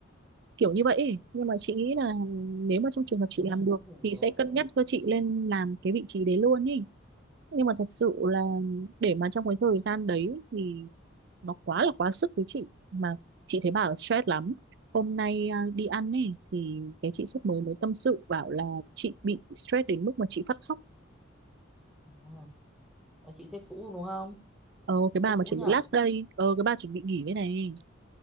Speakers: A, on the right; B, in the centre.
A: kiểu như vậy ấy. nhưng mà chị nghĩ là nếu mà trong trường hợp chị
B: thế nghe
A: làm được
B: cũng thử
A: chị
B: rồi
A: sẽ cân nhắc cho chị
B: ừ.
A: lên làm cái vị trí đấy luôn ý nhưng mà thật sự là để mà trong cái thời gian đấy thì nó quá là quá sức với chị mà chị thấy bảo stress lắm hôm nay à, đi ăn ấy thì cái chị sếp mới mới tâm sự bảo là chị bị stress đến mức mà chị phát khóc
B: Đúng rồi. Ờ, chị sếp cũ đúng không
A: ờ cái
B: sếp
A: bà mà
B: cũ
A: chuẩn
B: nhở
A: bị last day ờ cái bà chuẩn bị nghỉ đây này